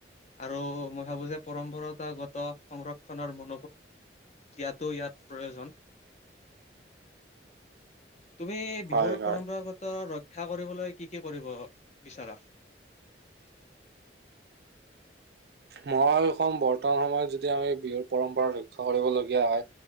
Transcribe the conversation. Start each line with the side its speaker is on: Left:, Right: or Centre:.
Left: আৰু মই ভাবো যে পৰম্পৰাতগত সংৰক্ষণৰ ম দিয়াতো ইয়াত প্ৰয়োজন। তুমি বিহুৰ
Right: হয় হয়
Left: পৰম্পৰাগত ৰক্ষা কৰিবলৈ কি কি কৰিব বিচাৰা? <inaudible>
Right: মহসম বৰ্তমান সময়ত যদি আমি বিহুৰ পৰম্পৰা ৰক্ষা কৰিবলগীয়া হয়